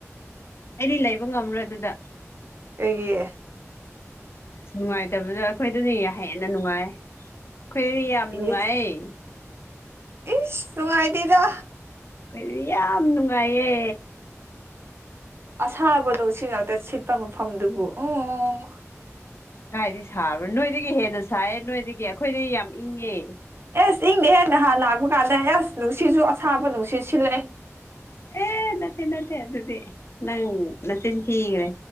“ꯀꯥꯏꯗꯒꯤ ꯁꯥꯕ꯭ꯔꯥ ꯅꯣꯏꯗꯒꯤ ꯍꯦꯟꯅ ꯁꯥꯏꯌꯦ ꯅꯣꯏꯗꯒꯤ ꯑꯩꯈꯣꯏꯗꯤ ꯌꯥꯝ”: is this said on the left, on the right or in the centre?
Left